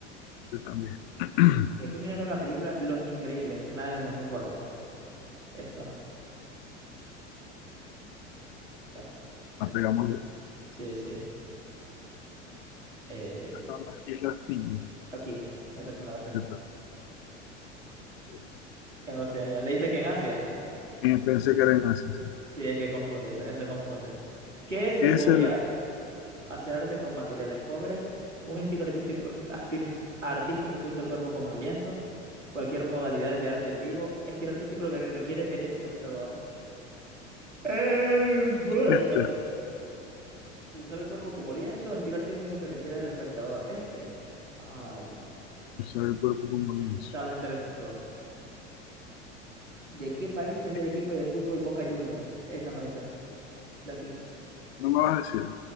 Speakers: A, on the left; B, on the right.
A: Yo también. <clears throat>
B: ¿De qué género es la película Los Increíbles, estrenada en el 2004? Esta, esta.
A: La
B: Es
A: pegamos
B: muy buena.
A: los dos.
B: Sí, sí. Eh,
A: Están las Islas Fiji.
B: aquí, esta sí me la sé.
A: Yo también.
B: En Oceanía. ¿Leíste que en Asia?
A: Eh, pensé que era en Asia, sí.
B: Sí, es que confunde, eso, eso confunde. ¿Qué es
A: ¿Qué
B: el body
A: es el
B: art? hacer arte con materiales pobres, un estilo artístico, artis- artístico que usa el cuerpo como un lienzo, cualquier modalidad de arte en vivo, estilo artístico que requiere del espectador. Eh, bueno,
A: este?
B: usar el cuerpo como lienzo, estilo artístico que requiere del espectador. Este, ay,
A: Usar el cuerpo como lienzo.
B: estaba entre esos dos. ¿De qué país es
A: ¿De
B: el
A: qué?
B: equipo de fútbol Boca Juniors? Esta me lo sé, de aquí,
A: No me vas a decir.